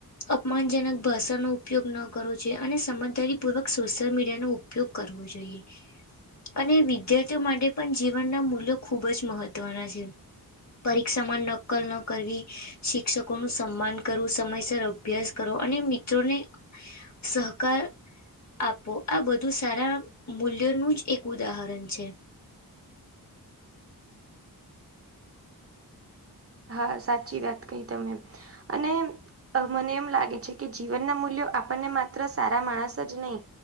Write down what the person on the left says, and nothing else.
અપમાનજનક ભાષાનો ઉપયોગ ન કરવો જોઈએ અને સમજદારીપૂર્વક સોશિ યલ મીડિયાનો ઉપયોગ કરવો જોઈએ. અને વિદ્યાર્થીઓ માટે પણ જીવનના મૂલ્યો ખૂબ જ મહત્વના છે. પરીક્ષામાં નકલ ન કરવી. શિક્ષકો નું સન્માન કરવું, સમયસર અભ્યાસ કરો અને મિત્રોને સહકાર. આપવો આ બધું સારા મૂલ્યોનું જ એક ઉદાહરણ છે.